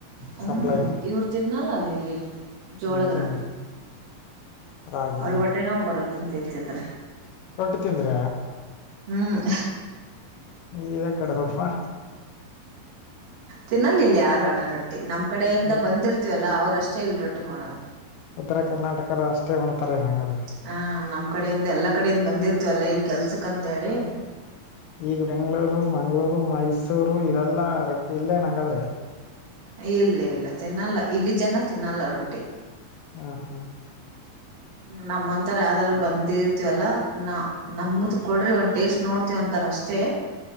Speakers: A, on the right; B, on the left.
A: ಹ್ಮ್
B: ಸಪ್ಲೈ
A: ಇವರು ತಿನ್ನಲ್ಲ ಅಲ್ಲಿ ಇಲ್ಲಿ ಜೋಳದ
B: ಹ್ಮ್
A: ರೊಟ್ಟಿ
B: ರಾಗಿ
A: ಅವ್ರಿಗೆ ಹೊಟ್ಟೆ ನೋವು ಬರತ್ತ ಅಂತ ಹೇಳ್ತನ.
B: ರೊಟ್ಟು ತಿಂದ್ರ
A: ಹ್ಮ್
B: ಈ ಕಡದಪ್ಪ.
A: ತಿನ್ನಲಿಲ್ಲ ಯಾರು ಹಣ ರೊಟ್ಟಿ ನಮ್ ಕಡೆಯಿಂದ
B: ಉ-
A: ಬಂದಿರ್ತೀವಲ್ಲ ಅವ್ರುಷ್ಟೇ ಇಲ್ ರೊಟ್ಟಿ ಮಾಡೋದು.
B: ಉತ್ತರ ಕರ್ನಾಟಕರು ಅಷ್ಟೇ ಉಣ್ತಾರೆ ನಂಗ್ರ.
A: ಹಾ ನಮ್ ಕಡೆಯಿಂದ ಎಲ್ಲಾ ಕಡೆಯಿಂದ ಬಂದಿರ್ತವ ಎಲ್ಲಾ ಇಲ್ಲಿ ಕೆಲ್ಸಕ್ಂತ ಹೇಳಿ.
B: ಈಗ ಬೆಂಗ್ಗಳೂರು ಮಂಗ್ಗಳೂರು ಮೈಸೂರು ಇವೆಲ್ಲಾ ರೊಟ್ಟಿ ಇಲ್ಲೇ ನಂಗಾದ್ರಿ
A: ಇಲ್ಲ ಇಲ್ಲ ತಿನ್ನಲ್ಲ ಇಲ್ಲಿ ಜನ ತಿನ್ನಲ್ಲ ರೊಟ್ಟಿ.
B: ಹಾ ಹಾ <unintelligible>
A: ನಮ್ಮಂತಾರ ಯಾವ್ದಾರ ಬಂದಿರ್ತಿವಲ್ಲಾ ನಾ ನಮ್ಮದ ಕೊಡ್ರಿ ಒಂದ್ ಟೇಸ್ಟ್ ನೋಡ್ತಿವ ಅಂತಾರ ಅಷ್ಟೇ.